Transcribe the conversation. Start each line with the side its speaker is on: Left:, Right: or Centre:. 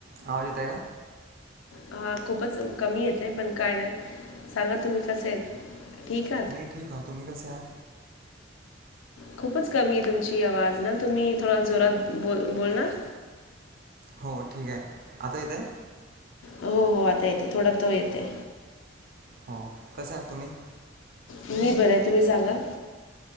Right: आवाज येतय, का?
Left: हा खूपच कमी येतय. पण काय नाय. सांगा तुम्ही कसेत? ठीक आह
Right: मी ठीक हाऊ. तुम्ही कसे आहात?
Left: खूपच कमीये तुमची आवाज ना. तुम्ही थोडा जोरात बोल बोलणार?
Right: हो, ठीक आहे. आता येत आहे?
Left: हो हो आता येते. थोडा तो येते
Right: हो. कसे आहात तुम्ही?
Left: मी बरंये. तुम्ही सांगा.